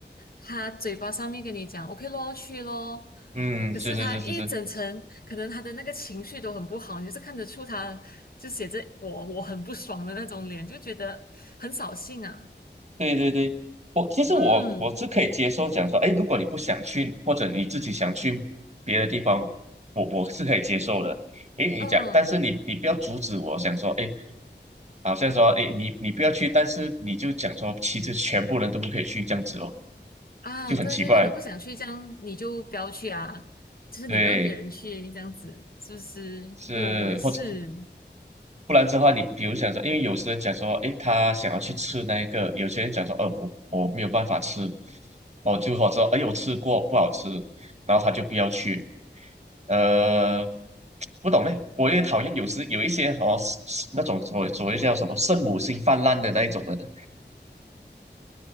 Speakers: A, on the left (about 55°); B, on the right (about 35°).
A: 他嘴巴上面跟你讲 “OK 咯，去咯”，
B: 嗯，
A: 可是他一整层可能他的那个情绪都很不好，
B: 是是是是是，
A: 你就是看得出他就写着我我很不爽的那种脸，就觉得很扫兴啊。
B: 对对对，我其实我我是可以接受讲说，
A: 嗯
B: 哎，如果你不想去，或者你自己想去别的地方，我我是可以接受的。哎，你讲，
A: 嗯。
B: 但是你你不要阻止我，想说，哎，好像说，哎，你你不要去，但是你就讲说，其实全部人都不可以去这样子咯，
A: 啊，
B: 就很奇怪。
A: 对对对，你不想去这样，你就不要去啊。就是你让别人去这样子，
B: 对，
A: 是不是？
B: 是或者
A: 我我也是，
B: 不然的话，你比如想说，因为有些人讲说，诶，他想要去吃那一个，有些人讲说，呃，我我没有办法吃，哦，就好者说，哎，我吃过不好吃，然后他就不要去。呃，不懂嘞，我也讨厌有时有一些哦，是是那种所谓所谓叫什么圣母心泛滥的那一种人的，